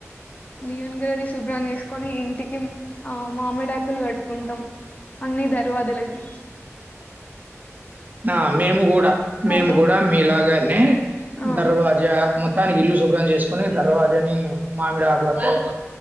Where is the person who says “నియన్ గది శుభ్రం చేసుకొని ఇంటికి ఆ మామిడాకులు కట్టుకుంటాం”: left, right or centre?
Left